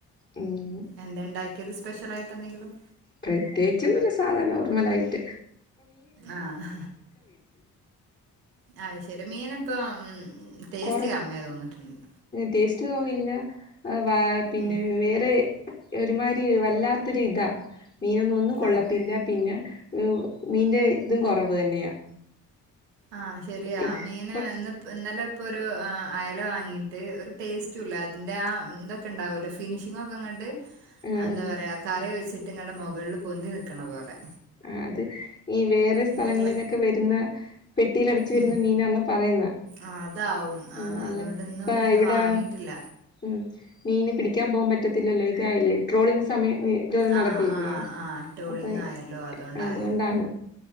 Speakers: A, on the left (about 20°); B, on the right (about 85°).
A: ഉം,
B: എന്താ ഉണ്ടാക്കിയത് സ്പെഷ്യൽ ആയിട്ട് എന്തെങ്കിലും
A: പ്രത്യേകിച്ചു ഒന്നുല്ല സാധാ നോർമലയിട്ട്.
B: ആഹ് അത് ശരി. മീനിപ്പം ടേസ്റ്റ്
A: കുറ
B: കമ്മിയാ തോന്നിട്ടുണ്ട്
A: ടെസ്റ്റുവോല്ല. വ പിന്നെ
B: ഉം
A: വേറെ ഒരുമാരി വല്ലാത്തൊരു ഇതാ മീനൊന്നും കൊള്ളത്തില്ല
B: ആഹ്
A: പിന്നെ മീന്റെ ഇതും കൊറവ് തന്നെയാ.
B: ആഹ് ശരിയാ.
A: ഇപ്പൊ
B: മീന് ഇന്നിപ്പോ ഇന്നലെ പ്പൊരു ഒരു അയല വാങ്ങിയിട്ട് ഒരു ടേസ്റ്റ് ഇല്ല അതിൻ്റെ ആ ഇതൊക്കെ ഉണ്ടാവുമല്ലോ ഫിനിഷിങ്ങൊക്കെ ഇങ്ങട്ട്
A: ഉം,
B: എന്താ പറയാ കറി വെച്ചിട്ട് ഇങ്ങനെ മുകളില് പൊന്തി നിൽക്കണ പോലെ
A: ആ അത് ഈ വേറെ സ്ഥലങ്ങളിൽ
B: അതാക്കളെ
A: നിന്നൊക്കെ വരുന്ന പെട്ടിൽ അടച്ചു വരുന്ന
B: ഉം
A: മീനാന്നാ പറയുന്ന
B: ആ അതാവും
A: ആഹ്
B: ആ
A: അല്ല
B: അതുകൊണ്ട് ഇന്ന്
A: ഇപ്പ
B: മീന്
A: ഇവിടെ
B: വാങ്ങീട്ടില്ല.
A: ഉം മീന് പിടിക്കാൻ പോകാൻ പ പറ്റത്തില്ലല്ലോ ഇതായില്ലേ ട്രോളിങ് സമയം നിരോധനം നടക്കല്ലേ
B: ആഹ് ആഹ് ആഹ് ട്രോളിങ്
A: അപ്പൊ
B: ആയല്ലോ അതുകൊണ്ടായിരും
A: അതുകൊണ്ടാണ്